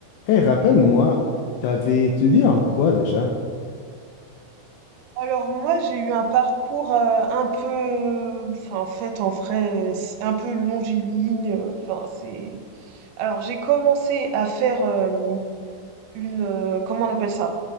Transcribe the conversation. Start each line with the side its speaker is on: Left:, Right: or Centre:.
Left: Hey, rappelle-moi, t'avais étudié en quoi déjà?
Right: Alors moi, j'ai eu un parcours, heu, un peu enfin, en fait, en vrai, c'est un peu longiligne, heu, enfin, c'est alors j'ai commencé à faire, hem, une, heu, comment on appelle ça?